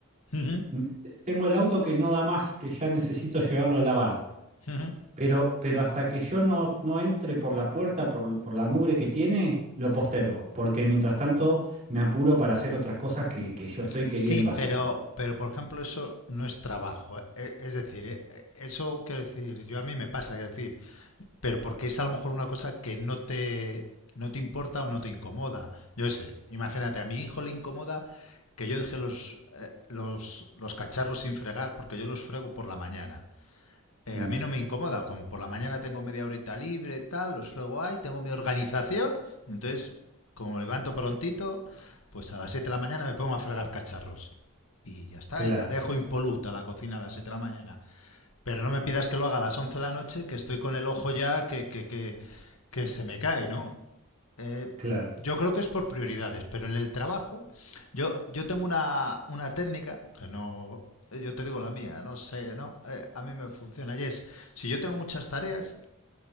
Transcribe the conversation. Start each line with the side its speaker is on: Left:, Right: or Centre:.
Left: Ujú,
Right: M- Tengo el auto que no da más, que ya necesito llevarlo a lavar.
Left: ujú.
Right: Pero, pero hasta que yo no, no entre por la puerta, por, por la mugre que tiene, lo postergo, porque mientras tanto me apuro para hacer otras cosas que, que yo estoy queriendo
Left: Sí, pero,
Right: hacer.
Left: pero por ejemplo, eso no es trabajo. eh, eh, Es decir, eh, eh, eso quiero decir, yo a mí me pasa, quiero decir, pero porque es a lo mejor una cosa que no te, no te importa o no te incomoda. Yo sé, imagínate, a mi hijo le incomoda que yo deje los, eh, los, los cacharros sin fregar porque yo los frego por la mañana. Eh,
Right: Mm,
Left: a mí no me incomoda, como por la mañana tengo media horita libre, tal, los frego ahí, tengo mi organización, entonces como me levanto prontito, pues a las 7 de la mañana me pongo a fregar cacharros. Y ya está,
Right: claro,
Left: y la dejo impoluta la cocina a las 7 de la mañana. Pero no me pidas que lo haga a las 11 de la noche, que estoy con el ojo ya que, que, que, que se me cae, ¿no? Eh,
Right: claro.
Left: yo creo que es por prioridades, pero en el trabajo, yo, yo tengo una, una técnica que no. Yo te digo la mía, no sé, ¿no? Eh, a mí me funciona. Y es, si yo tengo muchas tareas,